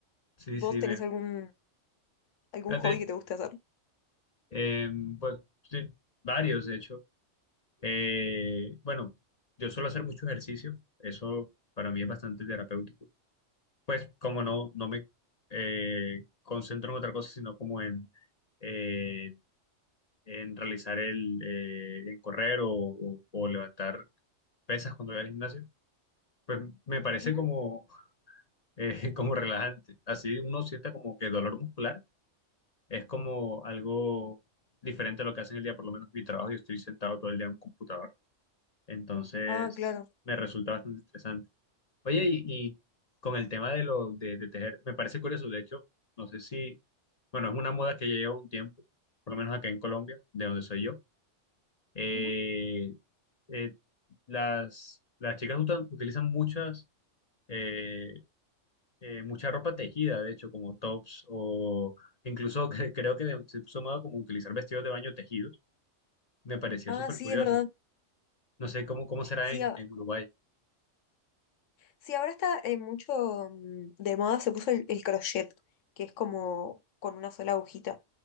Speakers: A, on the left (about 40°); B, on the left (about 80°).
A: Sí,
B: ¿Vos
A: sí,
B: tenés
A: me,
B: algún, algún
A: fíjate,
B: hobby que te guste hacer?
A: em, pues sí, varios, de hecho. Eh, bueno, yo suelo hacer mucho ejercicio, eso para mí es bastante terapéutico. Pues como no, no me eh, concentro en otra cosa, sino como en, eh, en realizar el, eh, en correr o, o- o levantar pesas cuando voy al gimnasio, pues me parece
B: Ujú.
A: como, eh, <laughs> como relajante. Así uno sienta como que dolor muscular es como algo diferente a lo que hace en el día, por lo menos mi trabajo, yo estoy sentado todo el día en un computador Entonces,
B: Ah, claro.
A: me resulta bastante interesante. Oye, y, y con el tema de lo de, de tejer, me parece curioso, de hecho, no sé si, bueno, es una moda que ya lleva un tiempo, por lo menos acá en Colombia, de donde soy yo. Eh,
B: Ujú.
A: eh, las, las chicas utan- utilizan muchas, eh, eh, mucha ropa tejida, de hecho, como tops o incluso <laughs> cre- creo que de- se puso moda como utilizar vestidos de baño tejidos. Me pareció
B: Ah,
A: súper
B: sí,
A: curioso.
B: es verdad.
A: No sé cómo, cómo será
B: Sí,
A: en,
B: a-
A: en Uruguay.
B: sí, ahora está eh, mucho mm, de moda, se puso el, el crochet, que es como con una sola agujita.